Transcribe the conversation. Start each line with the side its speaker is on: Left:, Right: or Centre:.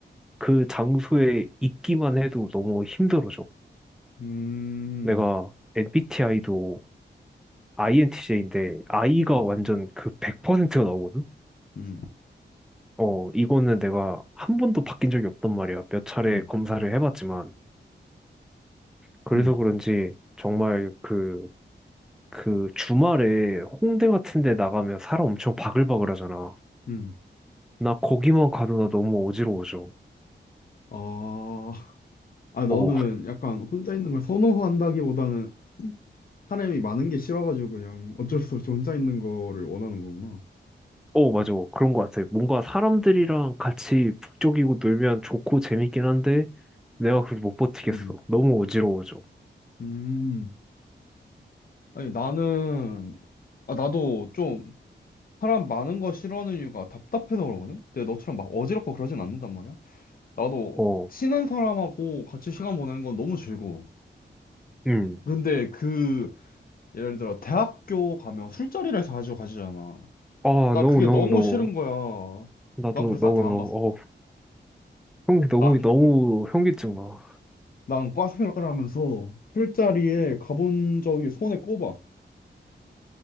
Centre: 그 장소에 있기만 해도 너무 힘들어져.
Left: 음,
Centre: 내가 MBTI도 INTJ인데 I가
Left: 음.
Centre: 완전 그 100%가 나오거든?
Left: 음,
Centre: 어, 이거는 내가 한 번도 바뀐 적이 없단 말이야. 몇 차례
Left: 음,
Centre: 검사를 해봤지만. 그래서
Left: 음,
Centre: 그런지 정말 그, 그 주말에 홍대 같은 데 나가면 사람 엄청 바글바글 하잖아.
Left: 음.
Centre: 나 거기만 가도 나 너무 어지러워져.
Left: 아, 아, 너는
Centre: 어,
Left: 약간 혼자 있는 걸 선호한다기보다는 사람이 많은 게 싫어가지고 그냥 어쩔 수 없이 혼자 있는 거를 원하는 거구나.
Centre: 어, 맞아. 그런 것 같아. 뭔가 사람들이랑 같이 북적이고 놀면 좋고 재밌긴 한데, 내가 그걸 못 버티겠어.
Left: 음,
Centre: 너무 어지러워져.
Left: 음, 아니, 나는, 아, 나도 좀 사람 많은 거 싫어하는 이유가 답답해서 그러거든? 근데 너처럼 막 어지럽고 그러진 않는단 말이야. 나도
Centre: 어,
Left: 친한 사람하고 같이 시간 보내는 건 너무 즐거워.
Centre: 음.
Left: 근데 그, 예를 들어, 대학교 가면 술자리를 자주 가지잖아.
Centre: 아,
Left: 나
Centre: no,
Left: 그게
Centre: no,
Left: 너무
Centre: no.
Left: 싫은 거야.
Centre: 나도,
Left: 난 그래서
Centre: no,
Left: 다
Centre: no.
Left: 안 갔어.
Centre: 어, 형기 너무,
Left: 난,
Centre: 너무 현기증 나.
Left: 난과 생활을 하면서 술자리에 가본 적이 손에 꼽아.